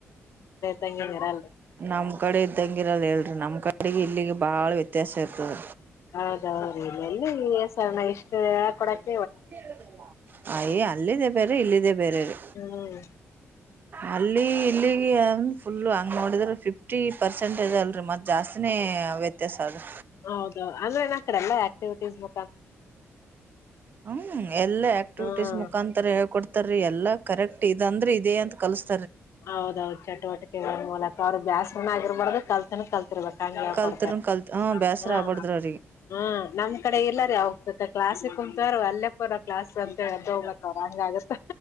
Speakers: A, on the left; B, on the right.
A: ತಂಗಿ ಇರಲ
B: ನಮ ಕಡೆ ಇದ್ದಂಗ ಇರಲ್ಲ ಹೇಳ ನಮ ಕಡೆಗೆ ಇಲ್ಲಿಗೆ ಬಾಳ ವ್ಯತ್ಯಾಸ ಇರುತ್ತೆ ಹ
A: ಹೌದ ಹೌದ ರಿ ಇಲ್ಲಿ ಎಲ್ಲಿ ಸಣ ಇಷ್ಟು ಕೊಡಕ
B: ಅಂತ ಹೇಳದಲ್ಲ ಅಯ ಅಲ್ಲಿದೆ ಬೇರೆ ಇಲ್ಲಿದೆ ಬೇರೆ ರೀ
A: ಹ್ಮ್
B: ಅಲ್ಲಿ ಇಲ್ಲಿಗೆ ಫುಲ ಹಂಗ ನೋಡಿದರ ಫಿಫ್ಟಿ ಪರ್ಸೆಂಟ್ ಅಲ್ರಿ ಮತ ಜಾಸ್ತಿನೇ ವ್ಯತ್ಯಾಸ ಅದ ರಿ
A: ಹೌದ ಅಂದ್ರೆ ಏನ ಕಡೆಲ್ಲ ಆಕ್ಟಿವಿಟೀಸ್ ಮ
B: ಹ್ಮ ಎಲ್ಲಾ ಆಕ್ಟಿವಿಟೀಸ್
A: ಹ್ಮ್
B: ಮುಖಾಂತರ ಹೇಳಿ ಕೊಡತಾರ ರಿ ಎಲ್ಲಾ ಕರೆಕ್ಟ್ ಇದು ಅಂದ್ರ ಇದೇ ಅಂತ ಕಲ್ಸ್ತ
A: ಹೌದ ಹೌದು ಚಟುವಟಿಕೆಗಳ ಮೂಲಕ ಬ್ಯಾಸರ ನಗ ಇರಬಾಡದು ಕಲ್ತಿನು ಕಲ ರ್ಬೇಕಂಗ
B: ಕಲ್ತರ್ನ್
A: ಕೊಡ್ತಾರ
B: ಕಲ್ತ್ ಬೇಸರ
A: ಹ
B: ಆಗ್ಬಾರ್ದ್ರ ಅವ್ರಿಗೆ
A: ಹ ನಮ ಕಡೆ ಇಲ್ಲ ರಿ ಅವ ಕ್ಲಾಸ್ ಕುಂತಾರ ಅಲ್ಲೆ ಪರ ಕ್ಲಾಸ್ ಅಂತ ಹೇಳ್ದ ಎದ್ದು ಹೋಗಬೇಕು ಅವರು ಹಂಗ ಆಗತ್ತ